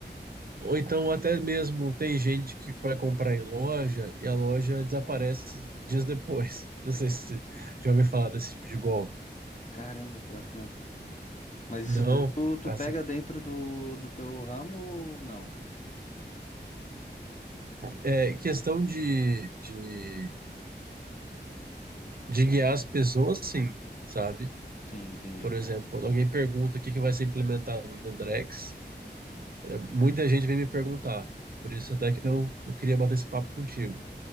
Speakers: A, on the right; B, on the left.
A: Ou então até mesmo tem gente que vai comprar em loja e a loja desaparece dias depois. <laughs> Não sei se já ouviu falar desse tipo de golpe.
B: Caramba, pior que não. Mas
A: Não.
B: isso tudo tu, tu
A: Assim,
B: pega dentro do, do teu ramo ou não?
A: é questão de, de, de guiar as pessoas, sim, sabe?
B: Sim, entendi.
A: Por exemplo, quando alguém pergunta o que que vai ser implementado no Drex, É, muita gente vem me perguntar. Por isso até que eu, eu queria bater esse papo contigo.